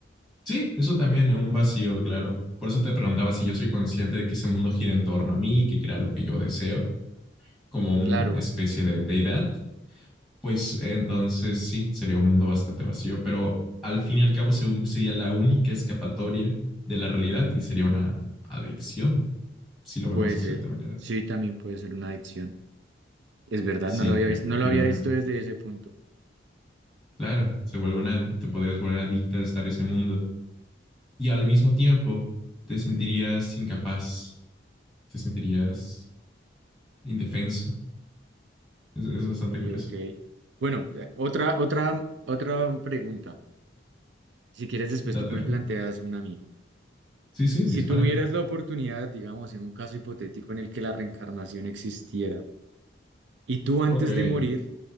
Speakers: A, in the centre; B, on the right.
A: Sí, eso también es un vacío, claro. Por eso te preguntaba si yo soy consciente de que ese mundo gira en torno a mí, que crea lo que yo deseo, como una
B: Claro,
A: especie de deidad. Pues entonces sí, sería un mundo bastante vacío, pero al fin y al cabo según sería la única escapatoria de la realidad y sería una adicción, si lo vemos
B: puede
A: de
B: ser,
A: cierta manera.
B: sí, también puede ser una adicción. Es verdad,
A: Sí,
B: no lo había
A: efectivamente.
B: visto, no lo había visto desde ese punto.
A: Claro, se vuelve una, te podrías volver adicta de estar en ese mundo. Y al mismo tiempo te sentirías incapaz, te sentirías indefenso. Es, es
B: Ok,
A: bastante curioso.
B: ok. Bueno, eh, otra, otra, otra pregunta. Si quieres, después
A: Date.
B: tú me
A: ¿no?
B: planteas una a mí.
A: Sí, sí,
B: Si
A: dispara.
B: tuvieras la oportunidad, digamos, en un caso hipotético en el que la reencarnación existiera, y tú antes
A: Ok.
B: de morir